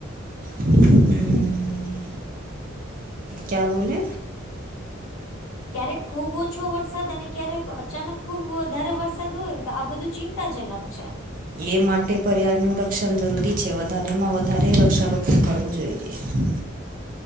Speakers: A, on the right (about 40°); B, on the left (about 85°).
A: હમમ. ક્યા બોલે?
B: ક્યારેક ખુબ ઓછો વરસાદ અને ક્યારેક અચાનક ખુબ વધારે વરસાદ હોય તો આ બધું ચીં ચિંતાજનક છે.
A: એ માટે પર્યાવરણ નું રક્ષણ જરૂરી છે વધારેમાં વધારે વૃક્ષારોપણ કરવું જોઈએ.